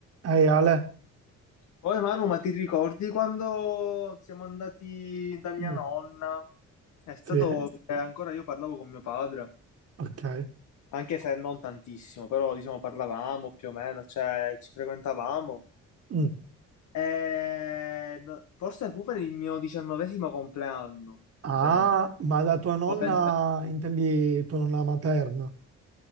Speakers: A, on the right; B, on the left.
A: Ehi Ale,
B: Oh Emanuele, ma ti ricordi quando siamo andati da mia
A: Mm,
B: nonna? È stato
A: sì,
B: che ancora io parlavo con mio padre,
A: ok.
B: anche se non tantissimo, però diciamo parlavamo più o meno, cioè ci frequentavamo.
A: Mm.
B: E... no- Forse fu per il mio diciannovesimo compleanno,
A: Ah,
B: se non mi
A: ma da
B: sbaglio,
A: tua nonna
B: o ventesimo,
A: intendi tua nonna materna?